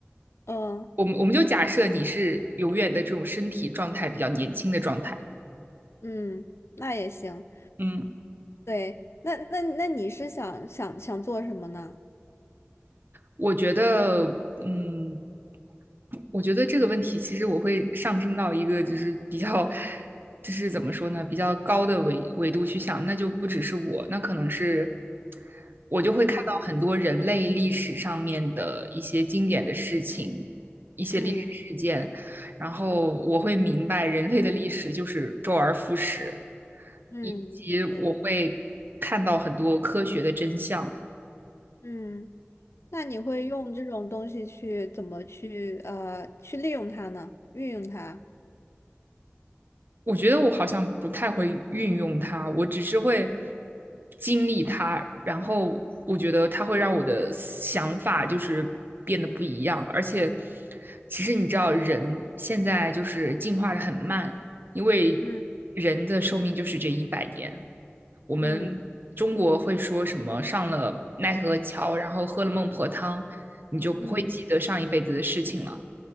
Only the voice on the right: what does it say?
我们我们就假设你是永远的这种身体状态比较年轻的状态。
嗯，
我觉得，嗯，我觉得这个问题其实我会上升到一个就是比较，就是怎么说呢，比较高的维维度去想，那就不只是我，那可能是我就会看到很多人类历史上面的一些经典的事情，
一些历史事件，
然后我会明白人类的历史就是周而复始，
以及我会看到很多科学的真相。
我觉得我好像不太会运用它，我只是会经历它，然后我觉得它会让我的想法就是变得不一样。而且，其实你知道，人现在就是进化的很慢，因为
人的寿命就是这一百年。我们中国会说什么上了奈何桥，
然后喝了孟婆汤，你就不会记得上一辈子的事情了。